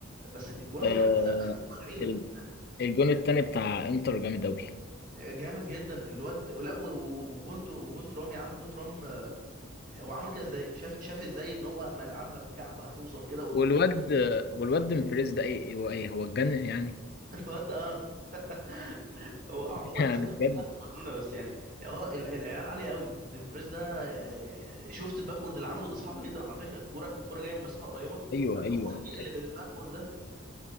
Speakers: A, on the right; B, on the left.
A: بس اجوانهم
B: آه
A: حتى ملعوبه جميله
B: ال-
A: فاهم؟
B: الجون التاني بتاع انتر جامد قوي
A: جامد جدا الواد لا و- و- وجون تر- وجون ترام يا عم جون ترام آه، هو عمل كده ازاي شاف شاف ازاي ان هو اما يلعبها بالكعب هتوصل كده و... و...
B: والواد والواد مفريز ده ايه هو ايه هو اتجنن يعني
A: <laughs> الواد ده اه <laughs> هو عموما
B: <laughs> يعني
A: انتر
B: بجد
A: كلها كانت مجنونه بس يعني اه ال- العيال عاليه قوي ديمفريز ده آه، شفت الباكورد اللي عمله ده صعب جدا على فكره الكوره الكوره جايه من مسافه قريبه
B: ايوه
A: فان
B: ايوه
A: هو يقلب الباكورد ده